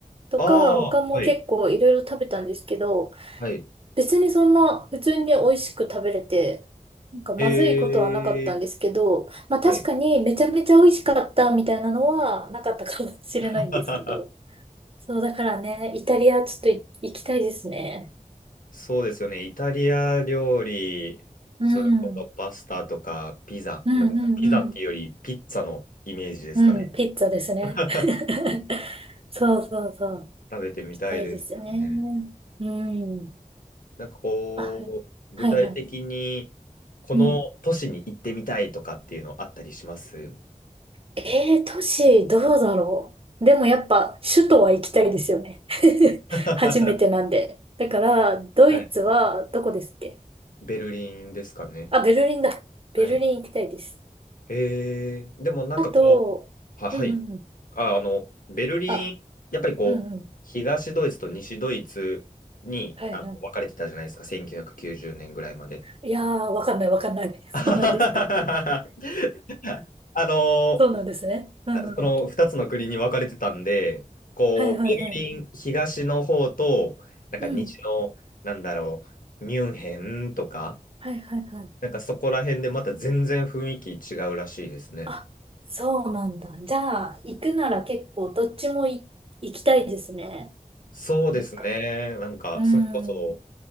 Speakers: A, on the right; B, on the left.
A: とか、
B: ああ、
A: 他も結構いろいろ食べたんですけど、
B: はい。はい。
A: 別にそんな普通に美味しく食べれて、なんかまずいことはなかったんですけど、
B: えー
A: まあ確かにめちゃめちゃ美味しかったみたいなのはなかったかもしれないんですけど。
B: はい。<laughs>
A: そうだからね、イタリアちょっとい行きたいですね。
B: そうですよね。イタリア料理、
A: うん。
B: それこそパスタとかピザ、
A: うんうんうん。
B: まあ、だからピザっていうよりピッツァのイメージですかね。
A: うん、ピッツァですね。
B: <laughs>
A: <laughs> そうそうそう。行
B: 食べてみたいですよね。
A: きたいですね。うん。
B: なんかこう、
A: あ、
B: 具体的に
A: はいはい。
B: この都市に行ってみたいとかっていうのあったりします
A: うん。えー、都市どうだろう。でもやっぱ首都は行きたいですよね。<laughs>
B: <laughs> は
A: 初めてなんで。だから、ドイツはどこですっけ
B: いベルリンですかね。
A: あ、ベルリンだ。
B: はい。
A: ベルリン行きたいです。
B: えー、でもなんかこう、
A: あと、
B: は、はい。
A: うんうんうん。
B: あ、あの、ベルリン、
A: あ、
B: やっぱりこう、
A: うんうん。
B: 東ドイツと西ドイツにあの分かれてたじゃないですか、
A: はいはい。
B: 1990年ぐらいまで。
A: いやー、わかんないわかんない。<laughs> そうなんですか。
B: <laughs> あの
A: そうなんですね。うんうん。
B: ー、その2つの国に分かれてたんで、こう、
A: はいはいはい。
B: ベルリン東の方と、なんか西の、
A: うん。
B: なんだろう、ミュンヘンとか、
A: はいはいはい。
B: なんかそこら辺でまた全然雰囲気違うらしいですね。
A: あ、そうなんだ。じゃあ、行くなら結構どっちもい行きたいですね。
B: そうですね。
A: なんか。
B: なんか、
A: うん。
B: それこそ、